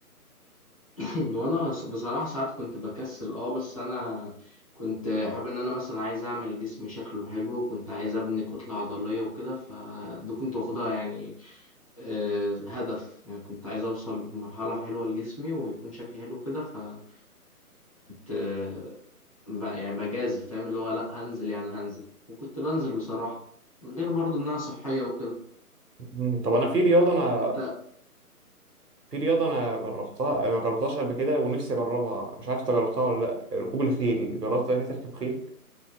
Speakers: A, on the left; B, on the right.
A: وانا ص- بصراحة ساعات كنت بكسل اه بس انا كنت حابب ان انا مثلا عايز اعمل جسمي شكله حلو وكنت عايز ابني كتلة عضلية وكده فده كنت واخدها يعني آه، هدف يعني كنت عايز اوصل بمرحلة حلوة لجسمي ويكون شكلي حلو كده فكنت آه، ب- يعني بجازف فاهم اللي هو لا هنزل يعني هنزل وكنت بنزل بصراحة غير برضو انها صحية وكده
B: مم، طب انا في رياضه انا
A: انت
B: في رياضة أنا جربتها ما جربتهاش قبل كده ونفسي أجربها مش عارف أنت جربتها ولا لأ ركوب الخيل جربت قبل كده تركب خيل؟